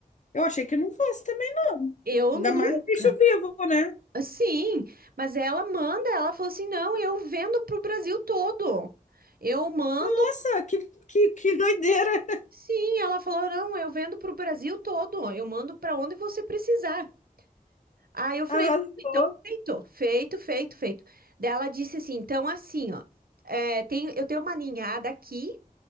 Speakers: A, on the left (about 55°); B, on the right (about 80°).
A: Eu achei que não fosse também, não.
B: Eu
A: Ainda
B: nunca.
A: mais bicho vivo, né?
B: Sim, mas ela manda, ela falou assim, não, eu vendo pro Brasil todo. Eu mando
A: Nossa, que, que, que doideira.
B: Sim, ela falou: não, eu vendo para o Brasil todo, eu mando para onde você precisar. Aí eu falei:
A: <laughs> Arrasou.
B: então, feito, feito, feito, feito. Daí ela disse assim: então, assim, ó, é, tem, eu tenho uma ninhada aqui,